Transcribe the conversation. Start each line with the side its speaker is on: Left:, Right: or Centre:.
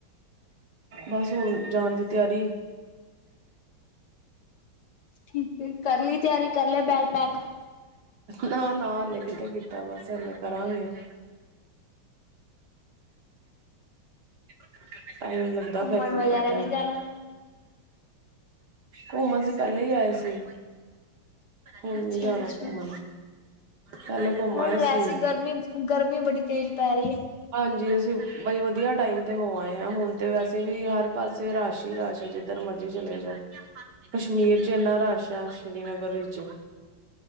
Right: ਬਸ ਹੁਣ ਜਾਣ ਦੀ ਤਿਆਰੀ।
Left: ਠੀਕ ਕਰ ਲਈ ਤਿਆਰੀ ਕਰ ਬੈਗ ਪੈਕ
Right: ਨਾ ਨਾ ਹਲੇੇ ਕਿਥੇ ਕੀਤਾ ਬਸ ਹ ਨੇ ਕਰਾਂਗੇ ਓਕੇ ਟਾਈਮ ਲੱਗਦਾ
Left: ਘੁੰਮਣ
Right: ਪੈਕਿੰਗ
Left: ਵਗੈਰਾ
Right: ਕਰਦਿਆਂ,
Left: ਨਹੀਂ ਜਾਣਾ?
Right: ਘੁੰਮਣ ਅ ਪਹਿਲੇ ਹੀ ਆਏ ਸੀ। ਹੁਣ
Left: ਅੱਛਾ-ਅੱਛਾ।
Right: ਨੀ ਜਾਣਾ ਘੁੰਮਣ ਪਹਿਲੇ ਘੁੰਮ
Left: ਹੁਣ
Right: ਆਏ
Left: ਵੈਸੇ
Right: ਸੀ
Left: ਗਰਮੀ-ਗਰਮੀ ਬੜੀ, ਤੇਜ਼ ਪੈ ਰਹੀ ਹੈ।
Right: ਹਾਂਜੀ, ਅਸੀਂ ਬਾਈ ਵਧੀਆ ਟਾਈਮ ਤੇ ਹੋ ਆਏ ਆ ਹੁਣ ਤੇ ਵੈਸੇ ਵੀ ਹਰ ਪਾਸੇ ਰਸ਼ ਹੀ ਰਸ਼ ਆ ਜਿੱਧਰ ਮਰਜੀ ਚਲੇ ਜਾਓ ਕਸ਼ਮੀਰ ਚ ਇਏਨਾ ਰਸ਼ ਆ ਸ਼੍ਰੀਨਗਰ ਵਿਚ